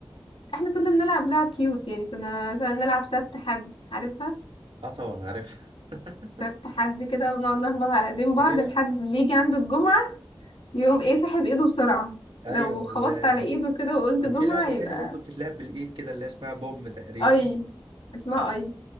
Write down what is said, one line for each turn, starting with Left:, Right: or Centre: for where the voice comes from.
Left: احنا كنا بنلعب لعب كيوت يعني كنا مثلا نلعب سبت حد عارفها
Right: اه طبعا عارف <laughs>
Left: سبت حد كده ونقعد نخبط على ايدين بعض
Right: ايوه
Left: لحد اللي يجي عنده الجمعة يقوم ايه ساحب ايده بسرعة
Right: ايوه
Left: لو خبطت
Right: وكان
Left: على ايده كده وقلت جمعة
Right: في لعبه
Left: يبقى
Right: تانية برضو بتتلعب بالايد كده اللي اسمها بوم تقريبا
Left: اي اسمها
Right: آه
Left: اي